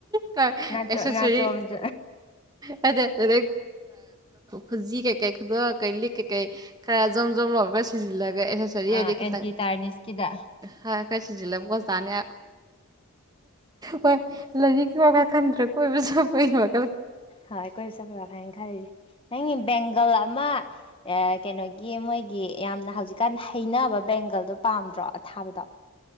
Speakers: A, on the right; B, on the left.
A: ꯀ
B: ꯅꯥꯆꯣ
A: ꯑꯦꯛꯁꯦꯁꯔꯤ
B: ꯅꯥꯆꯣꯝ
A: ꯑꯗ ꯑꯗꯨꯗꯩ ꯈꯨꯖꯤ ꯀꯩꯀꯩ ꯗ ꯀꯩ ꯂꯤ ꯀꯩ ꯈꯔ ꯝ ꯝ ꯂꯕꯒ ꯁꯤꯖꯤꯜꯂꯒ ꯑꯦꯁꯦꯁꯔꯤ
B: ꯑꯦꯟꯇꯤ
A: ꯍꯥꯏꯗꯤ ꯈꯤꯇꯪ
B: ꯇꯥꯔꯅꯤꯁꯀꯤꯗ
A: ꯈꯔ ꯁꯤꯖꯤꯜꯂꯕꯀꯁꯨ ꯇꯥꯅꯤ ꯍꯣꯏ ꯂꯥꯏꯔꯤꯛꯀꯤ ꯋꯥ ꯈꯟꯗ꯭ꯔ ꯀꯣꯏꯕꯁꯨ ꯀꯣꯏ ꯋꯥꯜ
B: ꯍ ꯀꯣꯏꯁ ꯭ꯔꯕꯥ ꯐꯥꯏꯪ ꯈꯥꯏꯦ ꯅꯪꯒꯤ ꯕꯦꯡꯒꯜ ꯑꯃ ꯀꯩꯅꯣꯒꯤ ꯃꯣꯏꯒꯤ ꯌꯥꯝꯅ ꯍꯧꯖꯤꯛꯀꯥꯟ ꯍꯩꯅꯕ ꯕꯦꯡꯒꯜꯗꯣ ꯄꯥꯝꯗ꯭ꯔꯣ ꯑꯊꯥꯕꯗꯣ